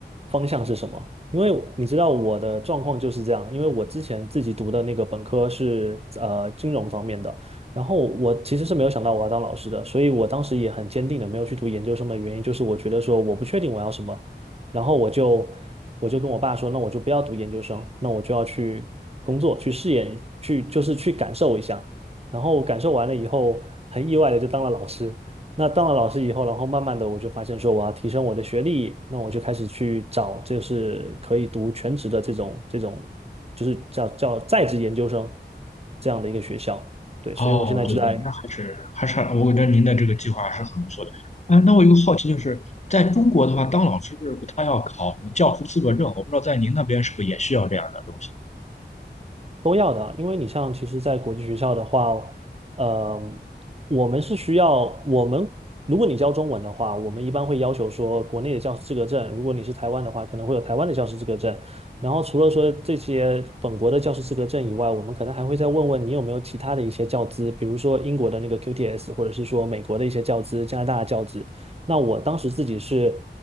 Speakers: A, on the right (about 35°); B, on the left (about 40°).
A: 方向是什么。因为你知道我的状况就是这样，因为我之前自己读的那个本科是呃金融方面的，然后我其实是没有想到我要当老师的，所以我当时也很坚定的没有去读研究生的原因就是我觉得说我不确定我要什么，然后我就我就跟我爸说，那我就不要读研究生，那我就要去工作，去试验，去就是去感受一下。然后我感受完了以后，很意外的就当了老师。那当了老师以后，然后慢慢的我就发现说我要提升我的学历，那我就开始去找就是可以读全职的这种这种，就是叫叫在职研究生这样的一个学校。对，所以我现在就在
B: 哦，对对，那还是还是我觉得您的这个计划还是很不错的。哎，那我有个好奇，就是在中国的话，当老师是不他要考什么教师资格证？我不知道在您那边是不是也需要这样的东西？
A: 都要的啊，因为你像其实，在国际学校的话，呃，我们是需要我们，如果你教中文的话，我们一般会要求说国内的教师资格证，如果你是台湾的话，可能会有台湾的教师资格证。然后除了说这些本国的教师资格证以外，我们可能还会再问问你有没有其他的一些教资，比如说英国的那个 QTS，或者是说美国的一些教资、加拿大的教资，那我当时自己是，